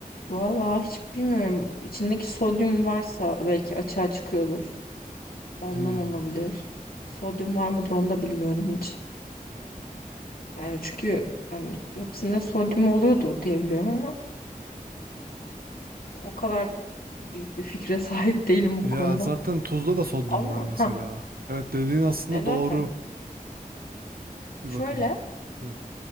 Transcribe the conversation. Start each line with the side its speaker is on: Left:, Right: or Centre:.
Left: vallahi hiç bilmiyorum. İçindeki sodyum varsa belki açığa çıkıyordur. Ondan
Right: Hmm.
Left: olabilir. Sodyum var mıdır onu da bilmiyorum hiç. Yani çünkü hani hepsinde sodyum oluyordu diye biliyorum ama o kadar büyük bir fikre <laughs> sahip değilim
Right: Ya
Left: bu konuda.
Right: zaten tuzda da sodyum
Left: Ama
Right: var mesela.
Left: ha
Right: Evet dediğin aslında
Left: e zaten
Right: doğru bir
Left: şöyle
Right: bakıma. Hmm.